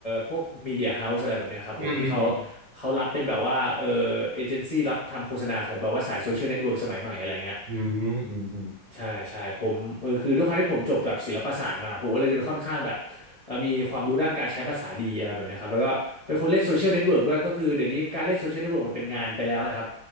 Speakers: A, on the left; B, on the right.
A: พวกมีเดียเฮาส์อะไรแบบเนี้ยครับผมที่เขา
B: อืมอืมอืม
A: เขารับเป็นแบบว่าเออเอเจนซี่รับทำโฆษณาของแบบว่าสายโซเชียลเน็ตเวิร์กสมัยใหม่อะไรเงี้ย
B: อืมอืมอืม
A: ใช่ใช่ผมเออคือด้วยความที่ผมจบแบบศิลปศาสตร์มาผมก็เลยจะไปค่อนข้างแบบเออมีความรู้ด้านการใช้ภาษาดีอะไรแบบเนี้ยครับแล้วก็เป็นคนเล่นโซเชียลเน็ตเวิร์กด้วยก็คือเดี๋ยวนี้การเล่นโซเชียลเน็ตเวิร์กมันเป็นงานไปแล้วนะครับ